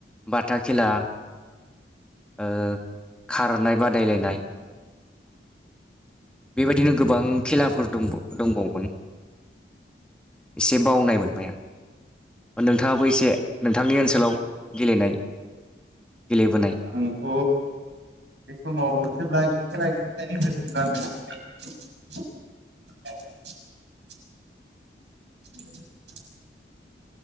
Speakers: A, in the centre; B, on the right.
A: बाथा खेला ओ खारनाय बादायलायनाय बेबायदिनो गोबां खेलाफोर दं दंबावोमोन एसे बावनाय मोनबाय आं नोंथाङाबो एसे नोंथांनि ओनसोलाव गेलेनाय गेलेबोनाय
B: आंथ' बे समाव जेब्ला खेला गेल <unintelligible> <inaudible>